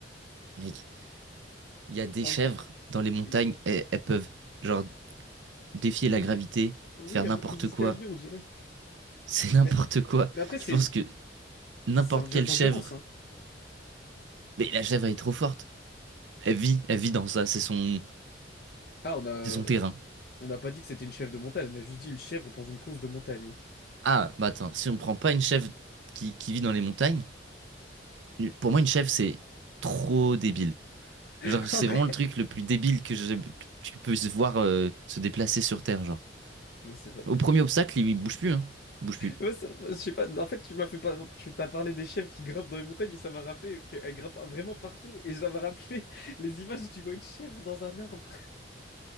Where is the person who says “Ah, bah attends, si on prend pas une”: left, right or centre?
Right